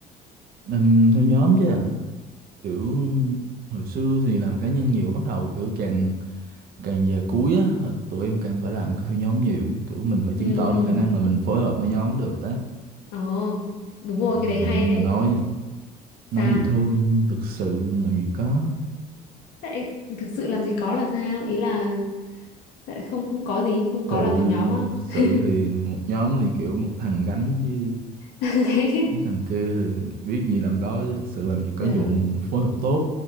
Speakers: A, on the right (about 60°); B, on the left (about 80°).
A: làm theo nhóm chứ kiểu hồi xưa thì làm cá nhân nhiều bắt đầu kiểu càng càng về cuối á là tụi em càng phải làm theo nhóm nhiều kiểu mình phải chứng
B: Ừ.
A: tỏ được khả năng là mình phối hợp với nhóm được á
B: Ồ, đúng rồi,
A: Ờ,
B: cái đấy hay
A: nhưng
B: đấy.
A: mà nói nói
B: Sao?
A: vậy thôi nhưng thực sự làm gì có
B: Thế lại thực sự làm gì có là sao? Ý là sẽ lại không không có gì, không có
A: sự
B: làm việc nhóm á.
A: thực sự
B: <laughs>
A: thì một nhóm thì kiểu một thằng gánh chứ
B: Đấy.
A: Mấy thằng kia thì biết gì làm đó chứ thực sự làm gì có
B: Trời,
A: vụ phối hợp tốt.